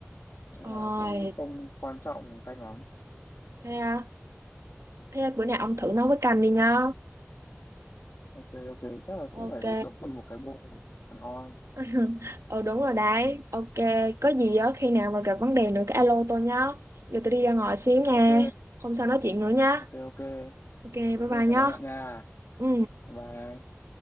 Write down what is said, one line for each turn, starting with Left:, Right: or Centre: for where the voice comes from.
Left: Nên
Right: Ôi,
Left: là cũng không quan trọng canh lắm.
Right: thế à? Thế bữa nào
Left: Ờ,
Right: ông thử nấu với canh đi nha.
Left: ok ok chắc là
Right: Ok.
Left: cũng phải đầu đầu tư một cái bộ hẳn hoi.
Right: <laughs> Ờ đúng rồi đấy. Ok, có gì á khi nào mà gặp vấn đề nữa cái alo tôi nhá. Giờ tôi đi ra ngoài xíu nha.
Left: Ok
Right: Hôm sau nói chuyện nữa nhá,
Left: ok ok
Right: Ok, bye
Left: ok
Right: bye
Left: cảm
Right: nhá.
Left: ơn bạn nha.
Right: Ừ.
Left: Bye bye.